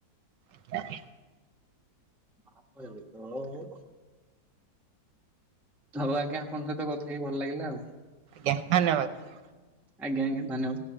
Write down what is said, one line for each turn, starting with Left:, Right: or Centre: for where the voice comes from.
Right: <unintelligible>
Centre: <unintelligible> ହଉ ଆଜ୍ଞା ଆପଣଙ୍କ ସହିତ ଗପିକି ଭଲ ଲାଗିଲା ଆଉ।
Right: ଜ୍ଞା ଧନ୍ୟବାଦ।
Centre: ଆଜ୍ଞା ଆଜ୍ଞା ଧନ୍ୟବାଦ।